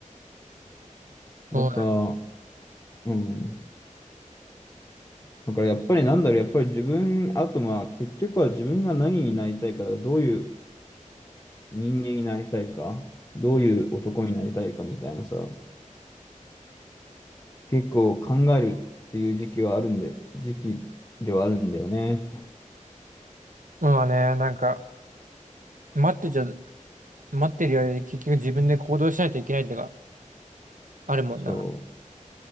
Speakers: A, on the left; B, on the right.
A: あとは、
B: そうだ
A: うん。だからやっぱりなんだろう、やっぱり自分、あとまあ結局は自分が何になりたいか、どういう人間になりたいか、どういう男になりたいかみたいなさ、結構考えるっていう時期はあるんで、時期ではあるんだよね。
B: まあね、なんか、待ってちゃ待ってるより結局自分で行動しないといけないってのがあるもんな。
A: そ